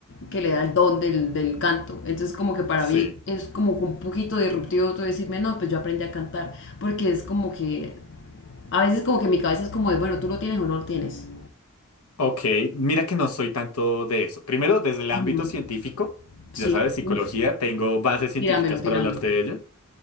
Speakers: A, on the left; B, on the left.
A: que le da el don del, del canto. Entonces como que para
B: Sí,
A: mí es como que un poquito disruptivo tú decirme, no, pues yo aprendí a cantar, porque es como que, a veces como que mi cabeza es como de, bueno, tú lo tienes o no lo tienes.
B: ok. Mira que no soy tanto de eso. Primero, desde el
A: Ujú,
B: ámbito científico,
A: Sí,
B: ya sabes, psicología,
A: Uf.
B: tengo bases científicas
A: tíramelo, tíramelo.
B: para hablarte de ello.